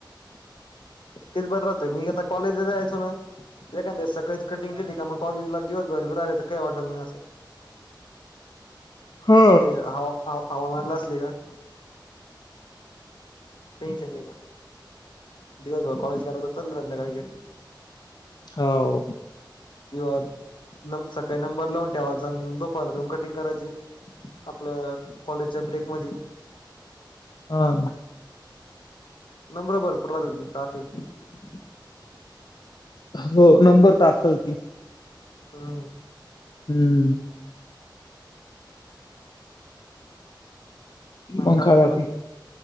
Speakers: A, on the left (about 80°); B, on the left (about 60°).
A: तेच बरं राहत मी आता कॉलेजला जायचो ना एखाद दिवस सकाळीच कटिंग केली का मग कॉलेजला दिवस भर फिरायचं तर काहीच वाटत नाही असं.
B: हो
A: ते हवा. आ हवामानला असले का. टेन्शन नाही ना दिवस भर कॉलेज करायचं चल संध्याकाळी घरी.
B: हव.
A: किंवा न सकाळी नंबर लावून ठेवायचा दुपारी जाऊन कटिंग करायची आपल्या कॉलेजच्या ब्रेक मधी.
B: हा.
A: नंबर भरपूर राहतात तिथे असायची.
B: हो नंबर तर असेल की
A: ह.
B: हम्म. मग
A: काय
B: खावा
A: झाली बाकी
B: की